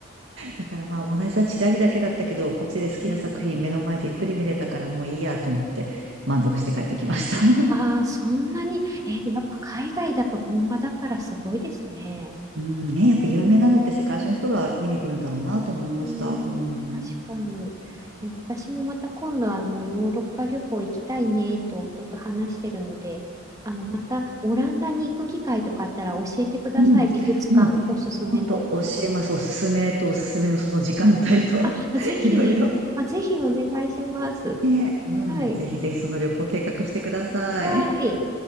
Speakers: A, on the right; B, on the right.
A: だからまあ、モナリザチラリだけだったけど、こっちで好きな作品目の前でゆっくり見れたからもういいやと思って満足して帰ってきました。
B: うん
A: <laughs>
B: あー、そんなに、え、やっぱ海外だと本場だからすごいですね。
A: うんね、やっぱ有名なのって世界中の人が見に来るんだろうなと思いました。
B: うん、
A: うん。
B: 確かに。え、私もまた今度あのヨーロッパ旅行行きたいねって夫と話してるので、あのまたオランダに行く機会とかあったら教えてください。
A: うん。
B: 美術館おすすめの。
A: もう、ほんと教えます。おすすめとおすすめのその時間帯と、
B: あ、
A: <laughs>
B: ぜひ、
A: いろいろ。
B: あ、ぜひお願いします。
A: ね、うん。
B: はい。
A: ぜひぜひその旅行計画してください。
B: はい。